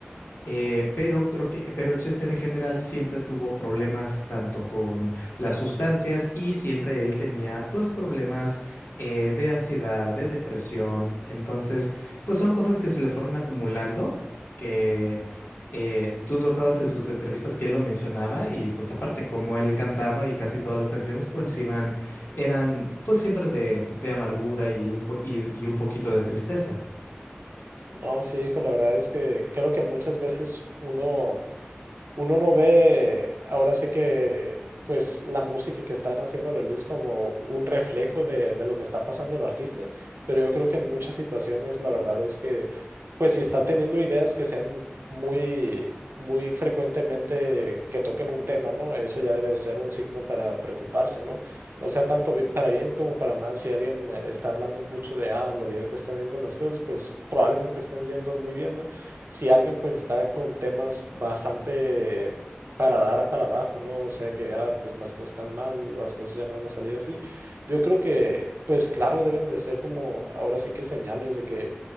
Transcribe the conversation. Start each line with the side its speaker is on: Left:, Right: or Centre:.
Left: Eh, pero creo que, pero Chester en general siempre tuvo problemas tanto con las sustancias y siempre él tenía pues problemas eh, de ansiedad, de depresión. Entonces, pues son cosas que se le fueron acumulando, que eh, tú notabas en sus entrevistas que él lo mencionaba y pues aparte como él cantaba y casi todas las canciones pues iban, eran pues siempre de, de amargura y un, po- y y un poquito de tristeza.
Right: No, sí, hijo, la verdad es que creo que muchas veces uno uno no ve, ahora sí que, pues la música que están haciendo el release como un reflejo de, de lo que está pasando el artista, pero yo creo que en muchas situaciones la verdad es que, pues si está teniendo ideas que sean muy, muy frecuentemente que toquen un tema, ¿no? Eso ya debe de ser un signo para preocuparse, ¿no? O sea, tanto bi- para bien como para mal, si alguien eh, está hablando mucho de, ah, lo bien que están yendo las cosas, pues probablemente están yendo muy bien, ¿no? si alguien pues está con temas bastante para dar a para abajo, ¿no? O sea que ya pues las cosas están mal, las cosas ya no van a salir así. Yo creo que pues claro deben de ser como ahora sí que señales de que